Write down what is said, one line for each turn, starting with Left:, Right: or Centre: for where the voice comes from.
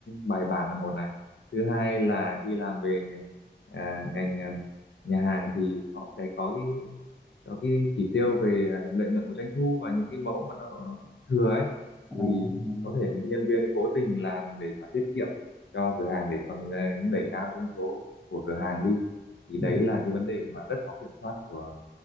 Left: bài bản là một này thứ hai là khi làm về nghề- à, ngành à, nhà hàng thì họ sẽ có cái có cái chỉ tiêu về à, lợi nhuận của doanh thu và những cái mẫu mà nó thừa ấy
Centre: à
Left: thì có thể những nhân viên ấy cố tình làm để mà tiết kiệm cho cửa hàng để còn à, đẩy cao doanh số của cửa hàng đi thì đấy
Centre: ừ. ừ.
Left: là cái vấn đề mà rất khó kiểm soát của